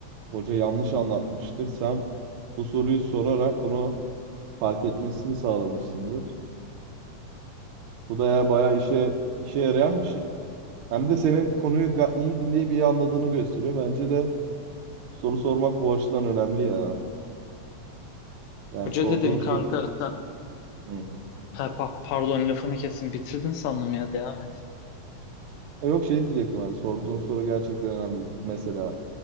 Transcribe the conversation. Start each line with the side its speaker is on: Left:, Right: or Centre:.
Right: hoca yanlış anlatmıştır. Sen bu soruyu sorarak bunu fark etmesini sağlamışsındır. Bu da eğer bayağı işe işe yarayan bir şey. Hem de senin konuyu ga- iyi dinleyip iyi anladığını gösteriyor. Bence de soru sormak bu açıdan önemli ya. Yani
Left: Hoca
Right: sorduğun
Left: dedin
Right: soru
Left: kanka sen
Right: Hı.
Left: Pa- pa- pardon lafını kesin bitirdin sandım ya devam et.
Right: E yok şey diyecektim hani sorduğun soru gerçekten önemli. Mesela